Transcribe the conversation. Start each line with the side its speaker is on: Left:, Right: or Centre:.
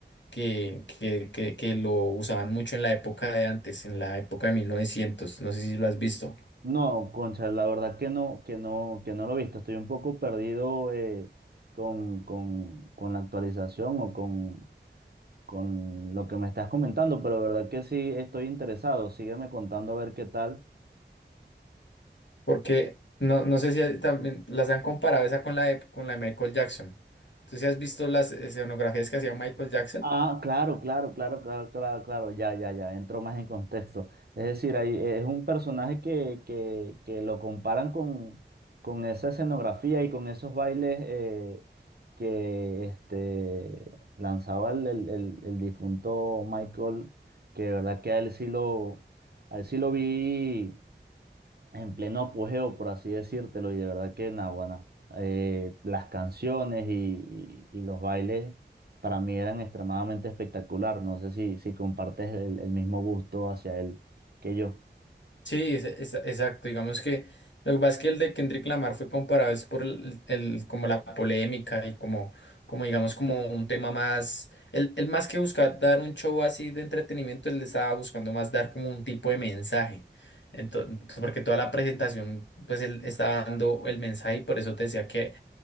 Left: que, que, que, que lo usaban mucho en la época de antes, en la época de mil novecientos no sé si lo has visto,
Right: No, concha, la verdad que no, que no, que no lo he visto, estoy un poco perdido eh, con, con, con la actualización o con, con lo que me estás comentando, pero la verdad que sí estoy interesado, sígueme contando a ver qué tal.
Left: porque no, no sé si hay- también las han comparado esa con la de, con la de Michael Jackson. ¿Tú sí has visto las escenografías que hacía Michael Jackson?
Right: Ah, claro, claro, claro, claro, claro, claro, ya, ya, ya, entró más en contexto. Es decir, ahí eh, es un personaje que, que, que lo comparan con, con esa escenografía y con esos bailes eh, que este, lanzaba el, el, el- el difunto Michael, que de verdad que a él sí lo, a él sí lo vi en pleno apogeo, por así decírtelo, y de verdad que Naguará, eh, las canciones y, y- y los bailes para mí eran extremadamente espectacular. No sé si, si compartes el, el mismo gusto hacia él que yo.
Left: Sí, es- es- exacto. Digamos que lo que pasa es que el de Kendrick Lamar fue comparado es por el, el- como la polémica y como, como digamos como un tema más, el, el más que buscar dar un show así de entretenimiento, él estaba buscando más dar como un tipo de mensaje. Entonces, porque toda la presentación, pues él estaba dando el mensaje y por eso te decía que